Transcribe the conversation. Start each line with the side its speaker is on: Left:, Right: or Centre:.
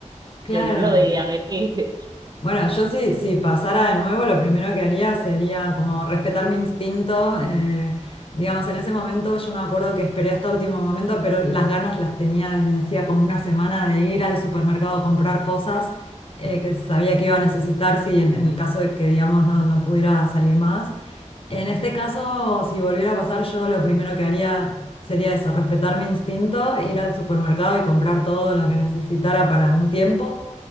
Left: claro.
Right: yo no lo veía venir.
Left: Bueno, yo si, si pasara de nuevo, lo primero que haría sería como respetar mi instinto. eh, digamos, en ese momento yo me acuerdo que esperé hasta último momento, pero las ganas las tenía desde hacía como una semana de ir al supermercado a comprar cosas eh, que sabía que iba a necesitar si en, en el caso de que, digamos, no, no pudiera salir más. En este caso, si volviera a pasar, yo lo primero que haría sería eso, respetar mi instinto, ir al supermercado y comprar todo lo que necesitara para un tiempo.